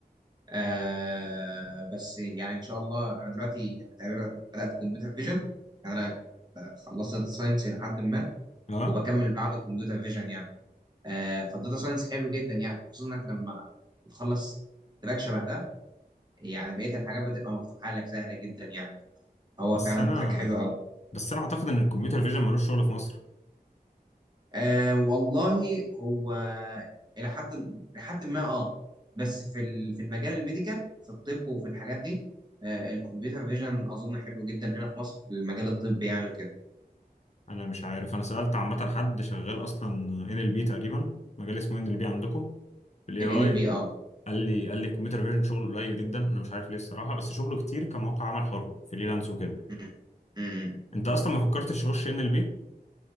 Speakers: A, on the right; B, on the left.
A: آه بس يعني ان شاء الله انا دلوقتي يعني تقريبا بدات كمبيوتر فيجن يعني انا خلصت داتا ساينس الى حد ما
B: اه
A: وبكمل بعده كمبيوتر فيجن يعني آه، فالداتا ساينس حلو جدا يعني خصوصا انك لما بتخلص تراك شبه ده يعني بقيه الحاجات بتبقى مفتوحه لك سهله جدا يعني هو
B: بس
A: فعلا
B: انا
A: تراك حلو قوي
B: بس انا اعتقد ان الكمبيوتر فيجن ملوش شغل في مصر
A: آه والله هو الى حد الى حد ما اه بس في ال- في المجال الميديكال في الطب وفي الحاجات دي آه الكمبيوتر فيجن اظن حلو جدا هنا في مصر في المجال الطبي يعني وكده
B: انا مش عارف انا سالت عامه حد شغال اصلا ان ال بي تقريبا مجال اسمه ان ال بي عندكم في الاي
A: ال
B: اي
A: ان ال بي اه
B: قال لي قال لي الكمبيوتر فيجن شغله قليل جدا انا مش عارف ليه الصراحه بس شغله كتير كموقع عمل حر فريلانس وكده
A: م- م- م.
B: انت اصلا ما فكرتش تخش ان ال بي